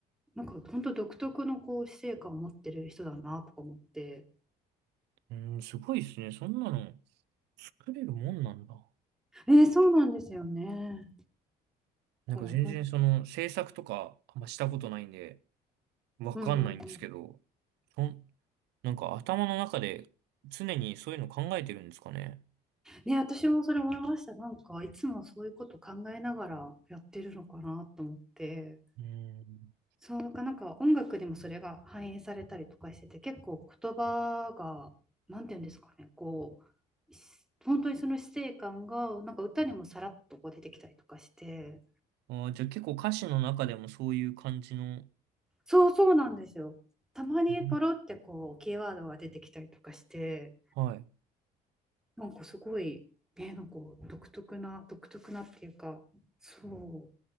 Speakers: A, in the centre; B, on the right.
A: なんか本当独特のこう死生観を持ってる人だなとか思って
B: うーん、すごいですね。そんなの作れるもんなんだ。
A: えーそうなんですよね
B: なんか全然その制作とかあんましたことないんで
A: だから本当に
B: わかんないんですけど、
A: うんうんうん
B: そん、なんか頭の中で常にそういうの考えてるんですかね。
A: ね、私もそれ思いました。なんか、いつもそういうこと考えながらやってるのかなと思って、
B: うーん。
A: そうか、なんか音楽にもそれが反映されたりとかしてて、結構言葉が、なんていうんですかね、こう、し本当にその死生観が、なんか歌にもさらっとこう出てきたりとかして、
B: ああ、じゃあ結構歌詞の中でもそういう感じの、
A: そうそうなんですよ。たまにポロってこう、
B: へえ
A: キーワードが出てきたりとかして、
B: はい。
A: なんかすごい、ね、なんか独特な、独特なっていうか、そ